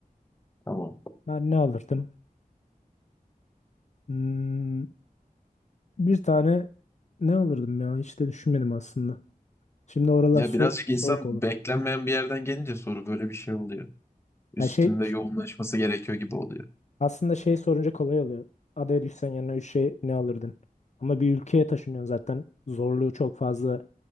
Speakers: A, on the left; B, on the left.
A: Tamam.
B: Ben ne alırdım? Hmm, bir tane ne alırdım ya? Hiç de düşünmedim aslında. Şimdi oralar
A: Ya
B: so
A: birazcık
B: soğuk
A: insan
B: olur.
A: beklenmeyen bir yerden gelince soru böyle bir şey oluyor. Üstünde
B: Ya şey
A: yoğunlaşması gerekiyor gibi oluyor.
B: aslında şey sorunca kolay oluyor. Adaya düşsen yanına üç şey ne alırdın? Ama bir ülkeye taşınıyorsun zaten. Zorluğu çok fazla